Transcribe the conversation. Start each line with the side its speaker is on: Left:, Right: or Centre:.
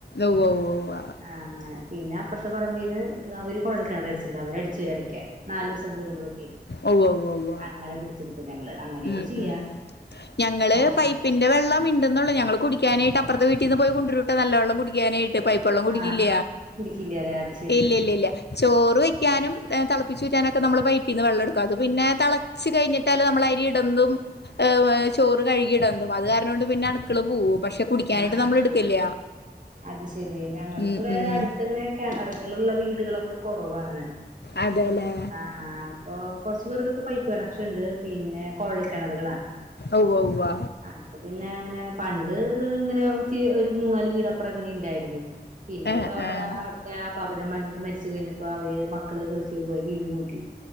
Left: ഉവ്വ് ഉവ്വ് ഉവ്വ്
Right: ആഹ് അങ്ങനെ പിന്ന അപ്പർത്തെ പറമ്പീന്ന് അവര് കുഴൽ കിണർ അടിച്ചിണ്ട് അവര് അടിചേരും ഇടയ്ക്കെ നാലൂസം കൂടുമ്പഴൊക്കെ
Left: ഉവ്വ് ഉവ്വ് ഉവ്വ്
Right: അങ്ങരെ പിടിച്ചടുക്കും ഞങ്ങള് അങ്ങനെയൊക്കെ
Left: ഉം
Right: ചെയ്യാ
Left: ഉം ഉം ഞങ്ങള്
Right: അങ്ങനെ
Left: പൈപ് പിന്റെ വെള്ളം ഉണ്ടെന്നുള്ള ഞങ്ങള് കുടിക്കാനായിട്ട് അപ്പറത്തെ വീട്ടിൽന്ന് പോയി കൊണ്ടരു ട്ടൊ നല്ല വെള്ളം കുടിക്കാനായി ട്ട് പൈപ്പെള്ളം കുടിക്കില്ല
Right: ആ കുടിക്കില്ലല്ലേ അത് ശരി
Left: ഇല്ല ഇല്ല ഇല്ല ചോറ് വെയ്ക്കാനും തെളപ്പിച്ചുറ്റാനൊക്കെ നമ്മള് പൈപ്പിൽ നിന്ന് വെള്ളം എടുക്കും അത് പിന്നെ തളച്ച് കയ്ഞ്ഞിട്ടല്ലെ നമ്മളഅയ് അരീടുമ്പം ഏ വെ ചോർ കഴുകിയിടും അത് കാരണോണ്ട് പിന്നെ അണുക്കൾ പോവും പക്ഷെ കുടിക്കാനായിട്ട്
Right: ആ ആ
Left: നമ്മൾ എടുക്കില്ല
Right: ആ അത് ശരി ഞങ്ങൾക്ക്വിടെ
Left: ഉം ഉം
Right: അടുത്ത്ങ്ങനെ കെണറുകളുള്ള വീടുകളൊക്കെ കൊറവാണ്
Left: അതെലേ
Right: ആഹ് അപ്പൊ കൊറച്ചു പേർക്കൊക്കെ പൈപ്പ് കണക്ഷൻ ഇണ്ട് പിന്നെ കൊഴൽ കിണറുകളാ
Left: ഉവ്വ് ഉവ്വ് ഉവ്വ
Right: അപ്പൊ പിന്നെ അങ്ങനെ പണ്ട് ഇങ്ങനെ ഒത്തി ഒരു മൂന്നാല് വീടപ്പറം ഇങ്ങനെ ഇണ്ടായിരുന്നു പിന്നെ
Left: ഏഹ്
Right: ഇപ്പോ അവിടെ
Left: ഏഹ്
Right: അവിടുത്തെ ആപ്പാപ്പനമ്മക്കൊക്കെ മരിച്ചു കഴിഞ്ഞപ്പോ അവര് മക്കള് ഗൾഫി ഫി പോയി വീട്പൂട്ടി